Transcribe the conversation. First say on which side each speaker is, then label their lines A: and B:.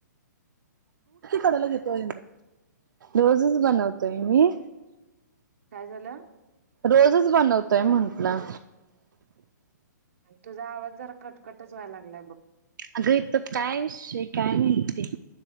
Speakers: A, on the right; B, on the right.
A: कढायला घेतोज रोजस बनवतोय मी
B: काय झालं
A: रोजच बनवतोय म्हंटलं
B: तुझा आवाज जरा कटकटच व्हायला लागलाय बघ
A: अग तर काय विषय काय म्हणती